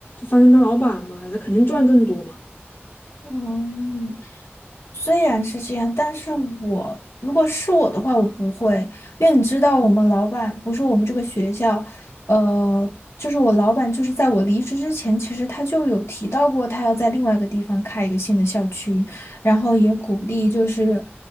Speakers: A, on the left; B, on the left.
A: 翻身当老板嘛，那肯定赚更多嘛。
B: 嗯，虽然是这样，但是我如果是我的话，我不会，因为你知道，我们老板不是我们这个学校，呃，就是我老板，就是在我离职之前，其实他就有提到过，他要在另外一个地方开一个新的校区，然后也鼓励，就是